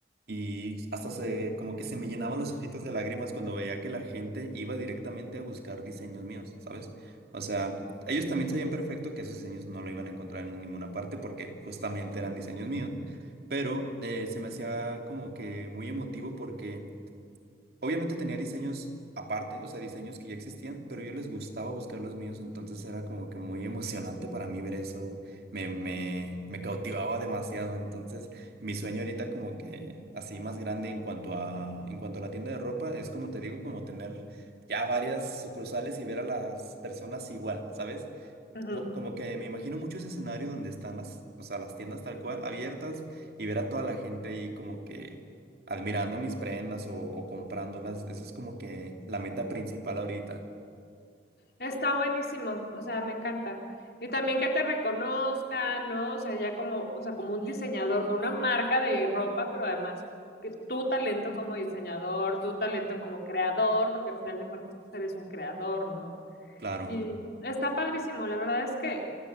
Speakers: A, on the right; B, on the left.
A: y hasta se, como que se me llenaban los ojitos de lágrimas cuando veía que la gente iba directamente a buscar diseños míos, ¿sabes? O sea, ellos también sabían perfecto que esos diseños no lo iban a encontrar en ninguna parte porque justamente eran diseños míos, pero eh, se me hacía como que muy emotivo porque... Obviamente tenía diseños aparte, o sea, diseños que ya existían, pero yo les gustaba buscar los míos, entonces era como que muy emocionante para mí ver eso, me, me, me cautivaba demasiado, entonces mi sueño ahorita como que así más grande en cuanto a, en cuanto a la tienda de ropa, es como te digo, como tener ya varias sucursales y ver a las personas igual, ¿sabes?
B: 100%.
A: bu- Como que me imagino mucho ese escenario donde están las, o sea, las tiendas tal cual abiertas y ver a toda la gente ahí como que admirando mis prendas o, o comprándolas. Eso es como que la meta principal ahorita.
B: Está buenísimo, o sea, me encanta. Y también que te reconozcan, ¿no? O sea, ya como, o sea, como un diseñador, con una marca de ropa, pero además que tu talento como diseñador, tu talento como creador, porque al final de cuentas, pues eres un creador, ¿no?
A: Claro,
B: Y está padrísimo, la verdad es que